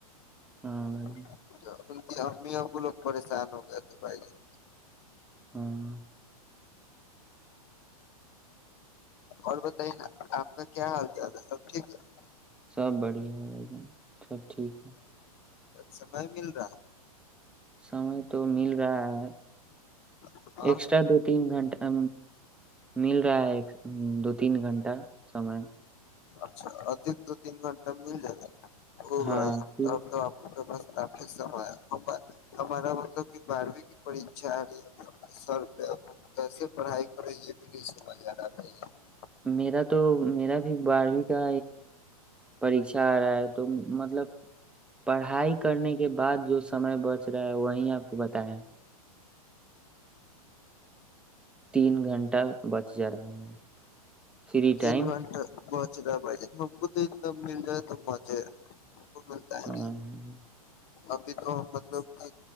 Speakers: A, in the centre; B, on the left.
A: ہاں
B: <unintelligible>
A: بھائی جان،
B: ان کی ہم ہی ا وہ لوگ پریشان ہو گئے تھے بھائی جان
A: ہاں
B: اور بتائیے نا آپ کا کیا حال چال ہے سب ٹھیک ہے
A: سب بڑھیا ب دن سب ٹھیک ہے
B: سمئے مل رہا
A: سمے تو مل رہا ہے
B: ہے ہاں
A: ایکسٹرا دو تین گھنٹہ مل رہا ہے دو تین گھنٹہ سمے
B: اچھا ادھک دو تین گھنٹہ میں مل جائے گا ہو
A: ہاں
B: گائے ستاب
A: پھر
B: تو آپ کا م ہمارا مطلب کہ بارہویں کی پریھا آ رہی ہے سر کیسے پڑھائی کرے یہ بھی نہیں سمجھ آ رہا بھ
A: میرا تو میرا اب بارہویں کا پریھا آ رہا ہے تو مطلب پڑھائی کرنے کے بعد جو سمے بچ رہا ہے وہی آپ کو بتائے تین گھنٹہ بچ جا رہا ہے فری
B: تین
A: ٹائم
B: گنٹا بت رہا پے ہم کو تو اتنا مل جائے تو مزے ہے مک ملتا ہے
A: ہاں
B: ج ابھی تو مطلب کہ